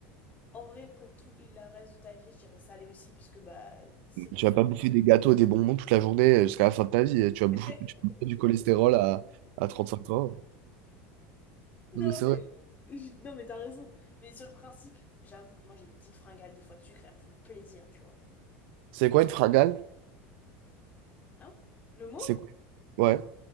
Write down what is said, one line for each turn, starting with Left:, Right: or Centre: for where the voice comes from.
Left: En vrai, pour tout le reste de ta vie, je dirais salé aussi, puisque bah, c'est plus
Right: Tu vas
Left: varié.
Right: pas bouffer des gâteaux, des bonbons toute la journée euh, jusqu'à la fin de ta vie. Tu vas bouffer,
Left: <laughs>
Right: tu vas bouffer du cholestérol à, à trente-cinq ans.
Left: Non,
Right: Non, mais c'est
Left: mais...
Right: vrai.
Left: je- Non, mais t'as raison. Mais sur le principe, j'avoue que moi, j'ai des petites fringales, des fois de sucre, et elles me font plaisir, tu vois.
Right: C'est quoi une fragale?
Left: Hein? Le mot,
Right: C'est quoi- Ouais,